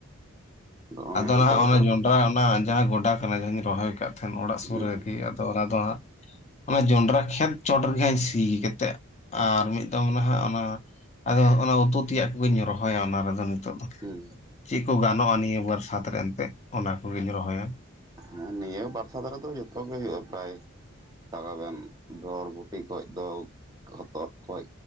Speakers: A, on the right; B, on the left.
A: ᱚᱱᱮ
B: ᱟᱫᱚ ᱱᱟᱦᱟᱜ
A: ᱛᱮᱜᱮ
B: ᱚᱱᱟ
A: ᱛᱚ
B: ᱡᱚᱸᱱᱰᱨᱟ ᱚᱱᱟ ᱡᱟᱦᱟᱸ ᱜᱚᱰᱟ ᱠᱟᱱᱟ ᱡᱟᱦᱟᱸᱧ ᱨᱚᱦᱚᱭ ᱠᱟᱫ ᱛᱟᱦᱮᱱ ᱚᱲᱟᱜ
A: ᱦᱩᱸ
B: ᱥᱩᱨ ᱨᱮᱜᱤ ᱟᱫᱚ ᱚᱱᱟ ᱫᱚ ᱦᱟᱸᱜ ᱚᱱᱟ ᱡᱚᱸᱰᱨᱟ ᱠᱷᱮᱛ ᱪᱚᱴ ᱨᱮᱜᱮ ᱥᱤ ᱠᱮᱛᱮᱫ ᱟᱨ ᱢᱤᱫ ᱫᱚᱷᱟᱣ ᱱᱟᱦᱟ ᱚᱱᱟ ᱟᱫᱚᱜ ᱚᱱᱟ ᱩᱛᱩ ᱛᱮᱭᱟᱜ ᱠᱚᱜᱤᱧ ᱨᱚᱦᱚᱭᱟ ᱚᱱᱟ ᱨᱮᱫᱚ ᱱᱤᱛᱳᱜ ᱫᱚ
A: ᱦᱩᱸ
B: ᱪᱮᱫ ᱠᱚ ᱜᱟᱱᱚᱜᱼᱟ ᱱᱤᱭᱟᱹ ᱵᱚᱨᱥᱟᱛ ᱨᱮ ᱮᱱᱛᱮᱫ ᱚᱱᱟ ᱠᱚᱜᱤᱧ ᱨᱚᱦᱚᱭᱟ
A: ᱦᱮᱸ ᱱᱤᱭᱟᱹ ᱵᱟᱨᱥᱟᱫ ᱨᱮᱫᱚ ᱡᱚᱛᱚ ᱜᱮ ᱦᱩᱭᱩᱜ-ᱟ ᱯᱨᱟᱭ ᱛᱟᱲᱟᱵᱮᱱ ᱵᱚᱨᱵᱩᱴᱤ ᱠᱷᱚᱡ ᱫᱚ ᱦᱚᱛᱚᱫ ᱠᱷᱚᱡ